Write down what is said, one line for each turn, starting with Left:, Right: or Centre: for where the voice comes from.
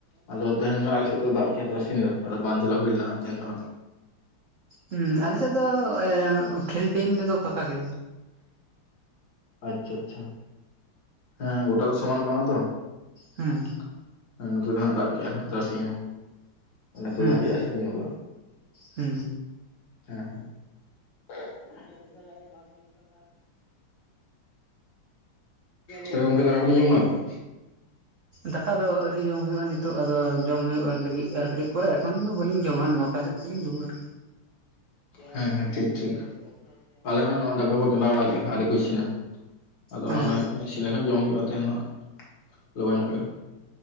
Left: ᱟᱫᱚ ᱛᱮᱦᱮᱧ ᱫᱚ ᱟᱞᱮ ᱥᱮᱫ ᱫᱚ ᱫᱟᱜ ᱠᱮᱫ ᱫᱚ ᱟᱫᱚ ᱵᱟᱝ ᱪᱟᱞᱟᱣ ᱦᱩᱭ ᱞᱮᱱᱟ ᱦᱟᱜ ᱫᱚ
Right: ᱦᱮᱸ ᱟᱞᱮᱥᱮᱫ ᱫᱚ ᱠᱷᱮᱞ ᱴᱤᱢ ᱨᱮᱫᱚ ᱯᱷᱟᱠᱟ ᱜᱤ
Left: ᱟᱪᱷᱟ ᱟᱪᱷᱟ ᱦᱮᱸ ᱜᱚᱴᱟ ᱫᱚ ᱥᱚᱢᱟᱱ ᱵᱟᱝ ᱛᱚ
Right: ᱦᱩᱸ
Left: <inaudible> ᱦᱮᱸ ᱱᱚᱛᱮ ᱫᱚ ᱦᱜ ᱫᱟᱜ ᱠᱼᱟ ᱛᱟᱨᱟ ᱥᱤᱧ ᱦᱚᱸ <unintelligible>
Right: ᱦᱩᱸ
Left: ᱧᱚᱜᱚᱜᱼᱟ
Right: ᱦᱩᱸ
Left: ᱦᱮᱸ <unintelligible> ᱛᱚᱵᱮ ᱜᱚᱢᱠᱮ ᱫᱟᱠᱟ ᱠᱚᱵᱮᱱ ᱡᱚᱢ ᱵᱟᱲᱟ ᱠᱮᱫᱟ
Right: ᱫᱟᱠᱟ ᱫᱚ ᱟᱣᱨᱤ ᱡᱚᱢ ᱦᱩᱭᱩᱜᱼᱟ ᱱᱤᱛᱚᱜ ᱫᱚ ᱡᱚᱢ ᱦᱩᱭᱩᱜᱼᱟ ᱞᱟᱹᱜᱤᱫ ᱟᱨ ᱠᱟᱹᱴᱤᱡ ᱯᱚᱨᱮ ᱮᱠᱷᱚᱱ ᱫᱚ ᱵᱟᱹᱞᱤᱧ ᱡᱮᱢᱚᱱ ᱱᱚᱴᱟ ᱥᱮᱫ ᱛᱮᱞᱤᱧ ᱨᱩᱣᱟᱹᱲ᱾
Left: ᱦᱮᱸ ᱦᱮᱸ ᱴᱷᱤᱠ ᱴᱷᱤᱠ ᱾ᱟᱞᱮ ᱦᱚᱸ ᱱᱚᱜ-ᱚᱭ ᱫᱟᱠᱟ ᱠᱚ ᱪᱚᱸᱫᱟ ᱵᱟᱲᱟ ᱜᱮ ᱟᱹᱣᱨᱤ ᱠᱚ ᱤᱥᱤᱱᱟ ᱟᱫᱚ
Right: ᱦᱮᱸ
Left: ᱢᱚᱱᱮ ᱦᱩᱭᱩᱜ ᱠᱟᱱᱟ ᱤᱥᱤᱱ ᱞᱮᱠᱷᱟᱱ ᱡᱚᱢ ᱦᱩᱭᱩᱜᱼᱟ, ᱛᱮᱦᱮᱱ ᱫᱚ ᱦᱟᱸᱜ ᱞᱚᱜᱚᱱ ᱧᱚᱜ ᱜᱮ᱾